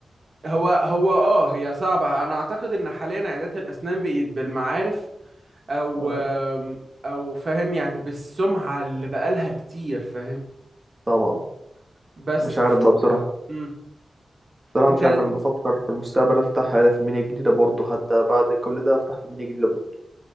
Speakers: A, on the right; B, on the right.
A: هو هو اه هي صعبة انا اعتقد ان حاليا عيادات الاسنان بقت بالمعارف او
B: آه
A: آم، او فاهم يعني بالسمعة اللي بقالها كتير فاهم
B: طبعا
A: بس
B: مش عارف
A: ف...
B: بقى بصراحة
A: مم.
B: بصراحة
A: انت
B: مش عارف أنا بفكر في المستقبل أفتح في مينيا جديدة برضه حتى بعد كل ده أفتح في مينيا جديدة برضه